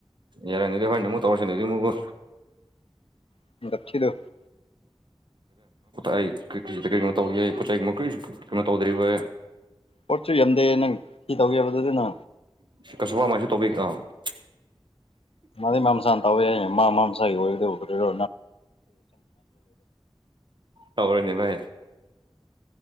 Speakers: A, on the right (about 55°); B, on the left (about 80°).
A: ꯌꯔꯦ ꯑꯗꯨꯗꯤ ꯍꯣꯔꯦꯟ ꯑꯃꯨꯛ ꯇꯧꯔ꯭ꯁꯤꯀꯣ
B: <unintelligible>
A: ꯑꯩ ꯀꯩꯅꯣ ꯇꯧ ꯄꯣꯠ ꯆꯩ ꯀꯔꯤ ꯀꯩꯅꯣ ꯇꯧꯗ꯭ꯔꯤꯕ
B: ꯄꯣꯠꯁꯨ ꯌꯥꯝꯗꯦ ꯅꯪ ꯀꯩ ꯇꯧꯒꯦ ꯍꯥꯏꯕꯥꯅꯣ
A: <unintelligible>
B: ꯃꯥꯗꯤ ꯃꯥꯁꯥꯅ ꯇꯧꯋꯦꯏꯌꯦ ꯃꯁꯥꯒꯤ ꯑꯣꯏꯒꯗ ꯑꯗꯨꯕꯨ ꯀꯔꯤꯔꯣ
A: ꯇꯧꯔꯅꯤ ꯚꯥꯏ